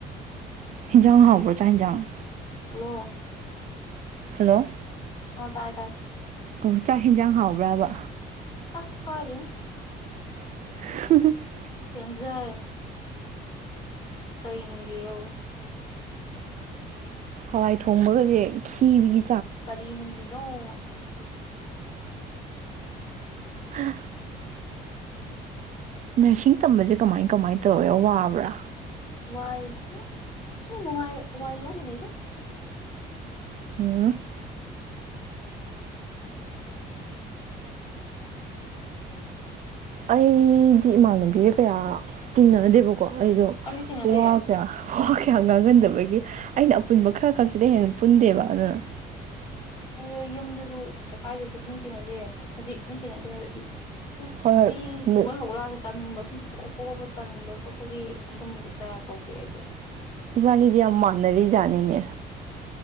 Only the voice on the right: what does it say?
ꯍꯤꯟꯖꯥꯡ ꯍꯥꯎꯕ꯭ꯔꯥ ꯆꯥ ꯍꯤꯟꯖꯥꯡ
ꯍꯂꯣ
ꯑꯣ ꯆꯥꯛ ꯍꯤꯟꯖꯥꯡ ꯍꯥꯎꯕ꯭ꯔꯥꯕ
<unintelligible>
ꯍꯋꯥꯏ ꯊꯣꯡꯕꯒꯖꯦ ꯈꯤꯕꯤꯒꯤ
ꯍꯥ ꯅꯔꯁꯤꯡ ꯇꯝꯕꯖꯦ ꯀꯃꯥꯏ ꯀꯃꯥꯏꯟ ꯇꯧꯋꯦ ꯋꯥꯕ꯭ꯔꯥ
<unintelligible> ꯑꯩꯗꯤ ꯏꯃꯥꯟꯅꯕꯤꯒꯥ ꯀꯌꯥ ꯇꯤꯟꯅꯗꯦꯕꯀꯣ ꯑꯩꯗꯣ
ꯋꯥ ꯀꯌꯥ ꯋꯥ ꯀꯌꯥ ꯉꯥꯡꯒꯟꯗꯕꯒꯤ ꯑꯩꯅ ꯑꯄꯨꯟꯕ ꯈꯔ ꯈꯛꯁꯤꯗꯥ ꯍꯦꯟꯅ ꯄꯨꯟꯗꯦꯕ ꯑꯗꯨꯅ
ꯍꯣꯏ
ꯍꯣꯏ
ꯏꯕꯥꯅꯤꯗꯤ ꯌꯥꯝ ꯃꯥꯟꯅꯔꯤꯖꯥꯅꯤꯅꯦ